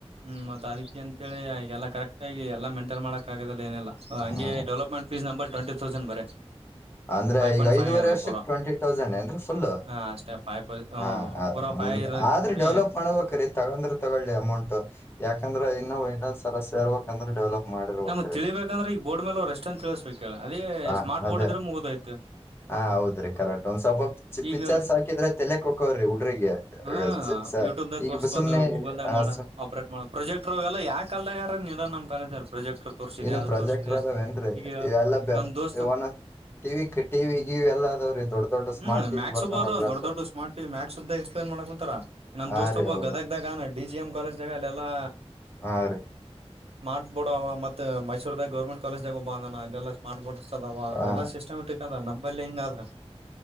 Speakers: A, on the right (about 65°); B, on the left (about 20°).
A: ಹ್ಮ್ ಮತ್ ಅದಕ್ಕೆ ಅಂತೇಳಿ ಈಗೆಲ್ಲ ಕರೆಕ್ಟ್ ಆಗಿ ಎಲ್ಲ ಮೇಂಟೈನ್ ಮಾಡಕ್. <unintelligible> ಏನಿಲ್ಲ ಹಂಗೆ
B: ಹಾ
A: ಡೆವಲಪ್ಮೆಂಟ್ ಫೀಸ್ ನಂಬ ಟ್ವೆಂಟಿ ತೌಸಂಡ್ ಬರೆ.
B: ಅಂದ್ರೆ
A: ಫೈವ್ ಪಾಯಿಂಟ್
B: ಈಗ
A: ಫೈವ್
B: ಐದುವರೆ
A: ಇರದ
B: ವರ್ಷಕ್
A: ಪೂರಾ
B: ಟ್ವೆಂಟಿ ತೌಸಂಡ್ ಅಂದ್ರೆ ಫುಲ್ಲು.
A: ಹಾ ಅಷ್ಟೇ ಫೈವ್ ಪ ಹ
B: ಹಾ ಹಾಂದ
A: ಪೂರ ಫೈವ್ ಇರ
B: ಆದ್ರೆ
A: ಕೂಡಿ
B: ಡೆವಲಪ್ ಮಾಡ್ಬೇಕರೀ. ತಗೊಂಡ್ರೆ ತಗೊಳ್ಳಿ ಅಮೌಂಟ್ ಯಾಕಂದ್ರೆ ಇನ್ನ ಇನ್ನೊಂದ್ಸಲ ಸೇರ್ಬೇಕಂದ್ರೆ ಡೆವಲಪ್. ಮಾಡಿರ್ಬೇಕ್ರಿ
A: ನಮಗ್ ತಿಳಿಬೇಕಂದ್ರೆ ಈಗ ಬೋರ್ಡ್ ಮೇಲೆ ಅವ ರೆಸ್ಟ್ ಅಂತ್ ತಿಳಸ್ಬೇಬೇಕು ಅದೇ
B: ಆ,
A: ಸ್ಮಾಟ್
B: ಅದೇ
A: ಬೋರ್ಡ್ ಇದ್ರೆ ಮುಗ್ಧಯಿತು
B: ಹಾ ಹೌದ್ರಿ ಕರೆಕ್ಟ್ ಒಂದ್ ಸ್ವಲ್ಪ
A: ಈಗ
B: ಪಿಕ್ಚರ್ಸ್ ಹಾಕಿದ್ರೆ ತೆಲೆಕ್ ಹಕವ್ರಿ ಹುಡ್ರಿಗೆ
A: ಹಾ
B: ಆ, ಜ- ಸ-
A: ಯೂಟ್ಯೂಬ್್ದಾಗ
B: ಈಗ
A: ತೋರ್ಸ್ಬೋದು
B: ಬ- ಸುಮ್ನೆ
A: ಗೂಗಲ್ದಾಗ
B: ಆ,
A: ಮಾಡ್
B: ಸು-
A: ಅಪ್ ಪ್ರಜೆಕ್ಟ್ರ್ ಎಲ್ಲ ಯಾ ಕಾಲದಾಗ ನ್ ಕಾಲ ಪ್ರಜೆಕ್ಟ್ ತೋರ್ಸಿದೆ
B: ಇನ್ನು
A: ಅದು
B: ಪ್ರೊಜೆಕ್ಟರ್
A: ತೋರ್ಸಿದೆ
B: ಅದಾವೇನ್ರಿ
A: ಈಗ
B: ಎಲ್ಲ ಬೆ-
A: ನಮ ದೋಸ್ತು
B: ಒನ್ ಟಿವಿ ಟಿವಿ ಗಿವಿ ಎಲ್ಲ ಅದಾವ್ರಿ ದೊಡ್ಡ ದೊಡ್ಡ ಸ್ಮಾರ್ಟ್
A: ಹ್ಮ್
B: ಟಿವಿ
A: ಮ್ಯಾಕ್ಸ್ಬ
B: ಬರ್ತಾವ
A: ಅದ
B: ನೋಡ್ರಿ
A: ದೊಡ್ಡ
B: ಅಂತ
A: ದೊಡ್ಡ ಸ್ಮಾರ್ಟ್ ಟಿವಿ ಮ್ಯಾಕ್ಸ್್ದ ಎಕ್ಸ್ಪ್ಲೇನ್ ಮಾಡಕೊಂತಾರ ನಮ್
B: ಹಾ
A: ದಸ್ತೊಬ್ಬ
B: ರೀ ಹೌದು
A: ಗದಗದಾಗ ಅವ್ನೆ ಡಿ ಜಿ ಮ್ ಕಾಲೇಜ್ಾಗ ಅಲ್ಲೆಲ್ಲಾ
B: ಹಾ ರೀ
A: ಸ್ಮಾರ್ಟ್ ಬೋರ್ಡ್ ಅವ ಮ ಮೈಸೂರ್ದಾಗ ಗೌರ್ಮೆಂಟ್ ಕಾಲೇಜ್ದಾಗೋಬ ಅದನ ಅಲೆಲ್ಲಾ ಸ್ಮಾರ್ಟ್ ಬೋರ್ಡ್ಸ್ ಅದಾವ
B: ಹಾ
A: ಎಲ್ಲ ಸಿಸ್ಟಮ್ಯಾಟಿಕ್ ಅದ ನಂಬಲ್ ಹಿಂಗ ಅದ